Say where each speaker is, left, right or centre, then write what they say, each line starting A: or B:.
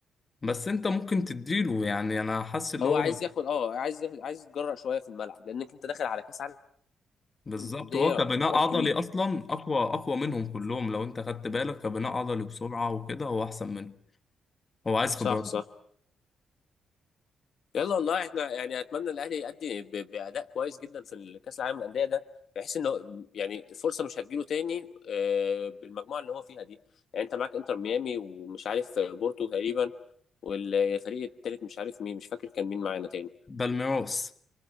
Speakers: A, on the left; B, on the left.
A: بس انت ممكن تديله يعني انا حاسس اللي
B: هو
A: هو
B: عايز ياخد اه عايز ياخد عايز يتجرأ شويه في الملعب لانك انت داخل على كاس عالم
A: بالظبط
B: للانديه
A: هو كبناء
B: حوار
A: عضلي
B: كبير
A: اصلا اقوى اقوى منهم كلهم لو انت خدت بالك كبناء عضلي بسرعه وكده هو احسن منه هو عايز
B: صح
A: خبرات
B: صح يلا والله احنا يعني اتمنى الاهلي يأدي ب- باداء كويس جدا في كاس العالم للانديه ده بحيث ان هو يعني الفرصه مش هتجيله تاني آه، بالمجموعه اللي هو فيها دي يعني انت معاك انتر ميامي ومش عارف بورتو تقريبا والفريق التالت مش عارف مين مش فاكر كان مين معانا تاني
A: بالميروس